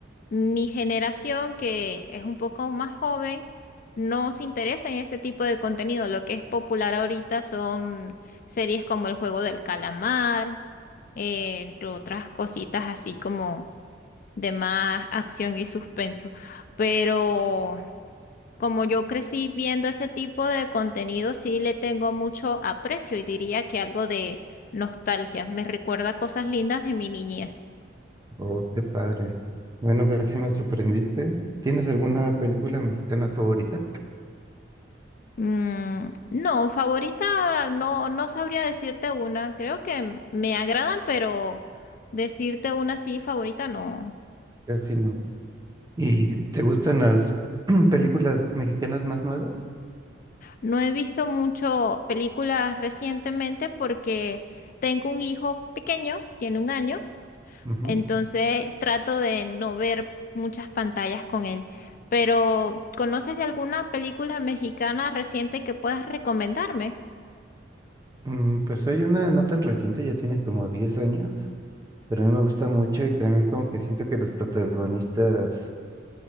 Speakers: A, on the left; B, on the right.
A: Mi generación, que es un poco más joven, no se interesa en ese tipo de contenido. Lo que es popular ahorita son series como El Juego del Calamar, eh, entre otras cositas así como de más acción y suspenso. Pero como yo crecí viendo ese tipo de contenido, sí le tengo mucho aprecio y diría que algo de nostalgia. Me recuerda cosas lindas de mi niñez.
B: Oh, qué padre. Bueno, pero sí me sorprendiste. ¿Tienes alguna película mexicana favorita?
A: Mm, no, favorita no, no sabría decirte una. Creo que m- me agradan, pero decirte una sí, favorita no.
B: Casi no. ¿Y te gustan las <clears throat> películas mexicanas más nuevas?
A: No he visto mucho películas recientemente porque tengo un hijo pequeño, tiene un año,
B: Ujú.
A: entonces trato de no ver muchas pantallas con él. Pero, ¿conoces de alguna película mexicana reciente que puedas recomendarme?
B: Mm, pues hay una no tan reciente, ya tiene como 10 años, pero a mí me gusta mucho y también como que siento que los protagonistas